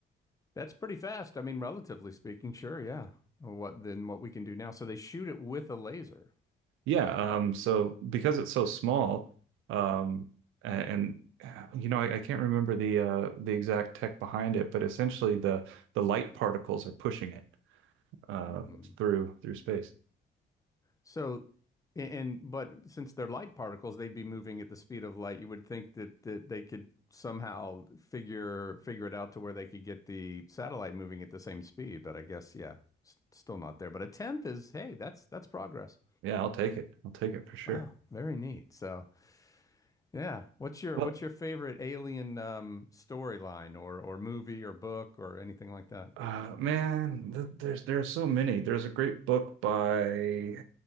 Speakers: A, on the left; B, on the right.
A: That's pretty fast. I mean, relatively speaking, sure. Yeah. What then what we can do now. So they shoot it with a laser.
B: Yeah. Um, so because it's so small, um, and uh, you know, I, I can't remember the uh, the exact tech behind it, but essentially the the light particles are pushing it uh,
A: Hmm.
B: through through space.
A: So, and but since they're light particles, they'd be moving at the speed of light. You would think that that they could somehow figure figure it out to where they could get the satellite moving at the same speed. But I guess, yeah, s still not there. But a tenth is, hey, that's that's progress.
B: Yeah, I'll take it. I'll take it for sure.
A: Wow, very neat. So, yeah, what's your
B: Well,
A: what's your favorite alien um, storyline or or movie or book or anything like that?
B: uh, man, th there's there's so many. There's a great book by